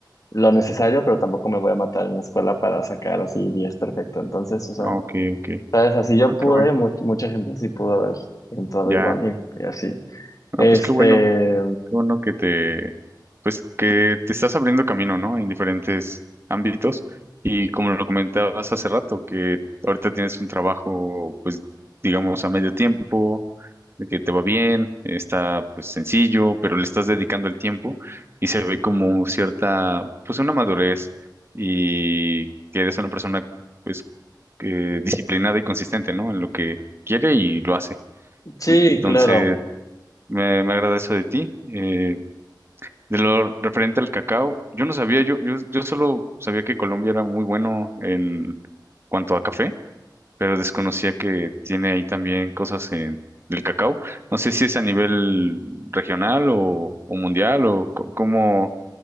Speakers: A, on the left; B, on the right.
A: lo necesario, pero tampoco me voy a matar en la escuela para sacar así 10 perfecto. Entonces, o sea,
B: Ah, ok, ok.
A: sabes, así yo
B: Ah,
A: pude,
B: qué bueno.
A: mu- mucha gente sí pudo haber entrado
B: Ya.
A: igual y, y así.
B: Ah,
A: Este,
B: pues qué bueno. Qué bueno que te, pues que te estás abriendo camino, ¿no? En diferentes ámbitos. Y como lo comentabas hace rato, que ahorita tienes un trabajo, pues, digamos, a medio tiempo, de que te va bien, está pues sencillo, pero le estás dedicando el tiempo y se ve como cierta, pues una madurez y que eres una persona, pues, que disciplinada y consistente, ¿no? En lo que quiere y lo hace.
A: sí,
B: Entonces,
A: claro,
B: me, me agrada eso de ti. eh, de lo referente al cacao, yo no sabía, yo, yo, yo solo sabía que Colombia era muy bueno en cuanto a café, pero desconocía que tiene ahí también cosas en, del cacao. No sé si es a nivel regional o, o mundial o co- cómo,